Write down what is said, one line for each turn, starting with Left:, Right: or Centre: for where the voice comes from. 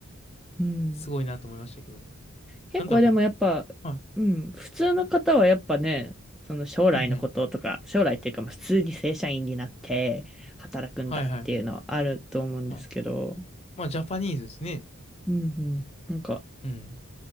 Centre: うん。
Left: すごいなと思いましたけど。
Centre: 結構でもやっぱ、
Left: なんだろうな。は
Centre: うん、普通の方はやっぱね、その将来のこととか、
Left: い。うん、うん。
Centre: 将来っていうか、まあ普通に正社員になって働くんだっていうのはあると思うんですけど、
Left: はいはい。はい。まあ、ジャパニーズですね。
Centre: うんうん。なんか、
Left: うん。